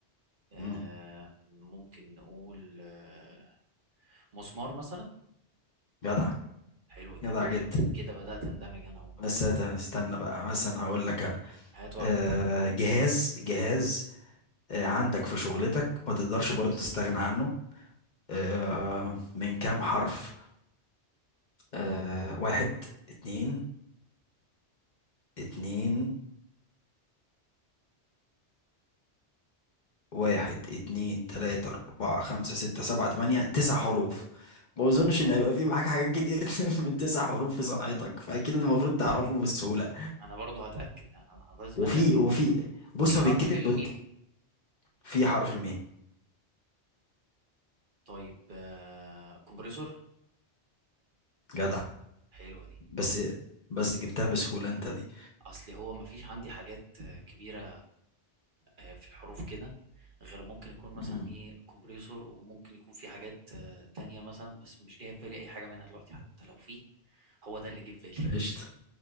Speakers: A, on the right (about 50°); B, on the left (about 45°).
A: آه،
B: مم.
A: ممكن نقول آه، مسمار مثلا
B: جدع
A: حلوة دي
B: جدع
A: حلو
B: جدا
A: كده بدأت اندمج انا اهو
B: بس أت- استنى بقى مثلا هقول لك
A: هات واحدة
B: آه،
A: تاني
B: جهاز جهاز آه، عندك في شغلتك ما تقدرش برضو تستغنى عنه آه، من كام حرف آه، واحد اتنين اتنين واحد اتنين تلاتة أربعة خمسة ستة سبعة تمانية تسع حروف ما أظنش
A: يا نهار
B: إن هيبقى
A: أبيض
B: في معاك حاجات كتير <laughs> من تسع حروف في صنعتك فأكيد المفروض تعرفه
A: طيب
B: بسهولة
A: أنا برضو هتأكد أنا لازم
B: وفي
A: أتأكد
B: وفي بص
A: في حرف
B: هو بيتكتب
A: الميم
B: ب- في حرف الميم
A: طيب آه... كومبريسور
B: جدع
A: حلوة دي
B: بس
A: حلو
B: بس جبتها بسهولة أنت دي
A: اصل هو مفيش عندي حاجات آه، كبيره آه، في الحروف كده غير ممكن يكون مثلا
B: مم.
A: ايه كومبريسور وممكن يكون في حاجات آه، تانية مثلا بس مش جاي في بالي اي حاجه منها دلوقتي حتى لو في هو ده اللي جه في بالي
B: قشطة